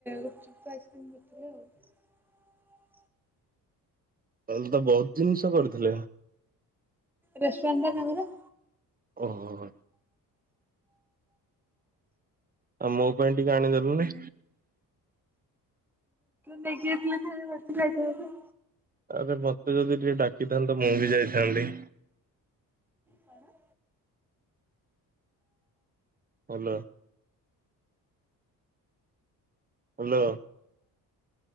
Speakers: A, in the centre; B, on the right.
A: ଗୁପ୍ ଚୁପ୍ କୁ ଆଇସ କ୍ରିମ୍ କରିଥିଲେ ଆଉ।
B: ତାହେଲେ ତ ବହୁତ ଜିନିଷ କରିଥିଲେ।
A: ରେସ୍ଟୁରାଣ୍ଟ ପା ତାଙ୍କର।
B: ଓହୋ। ଆଉ ମୋ ପାଇଁ ଟିକେ ଆଣିଦେଲୁନି।
A: ନେଇେକି ଖ ବ ଖ <inaudible>
B: ଆରେ ମତ ତୁ ଯଦି ଟିକେ ଡାକିଥାନ୍ତତା ମୁଁ ବି ଯାଇଥାନ୍ତି।
A: କଣ?
B: Hall hello.